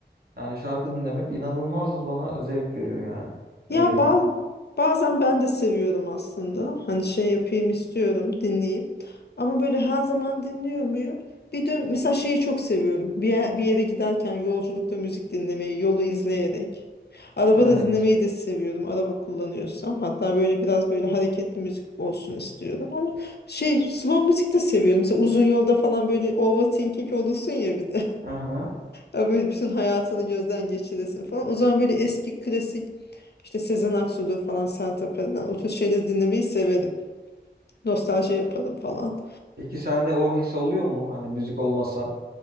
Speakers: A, on the right (about 55°); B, on the left (about 65°).
A: yani şarkı dinlemek inanılmaz bana zevk veriyor yani.
B: Ya
A: Öyle
B: ba
A: diyeyim.
B: bazen ben de seviyorum aslında. Hani şey yapayım istiyorum, dinleyeyim. Ama böyle her zaman dinliyor muyum? Bir dön mesela şeyi çok seviyorum. Bir yer- bir yere giderken yolculukta müzik dinlemeyi, yolu izleyerek. Arabada
A: Evet.
B: dinlemeyi de seviyorum. Araba kullanıyorsam. Hatta böyle biraz böyle hareketli müzik olsun istiyorum. Ama şey slow müzik de seviyorum. Mesela uzun yolda falan böyle overthinking olursun ya bir de.
A: Aha.
B: Ya böyle bütün hayatını gözden geçiresin falan. O zaman böyle eski klasik işte Sezen Aksu'dur falan Sertab Erener o tür şeyleri dinlemeyi severim. Nostalji yaparım falan.
A: Peki sende o his oluyor mu? Hani müzik olmasa